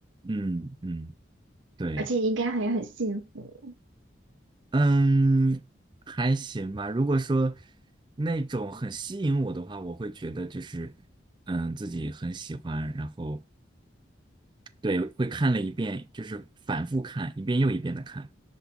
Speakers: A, on the right (about 25°); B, on the right (about 85°).
A: 嗯嗯对。
B: 而且应该还很幸福。
A: 嗯，还行吧。如果说那种很吸引我的话，我会觉得就是，嗯，自己很喜欢，然后对，会看了一遍，就是反复看，一遍又一遍的看。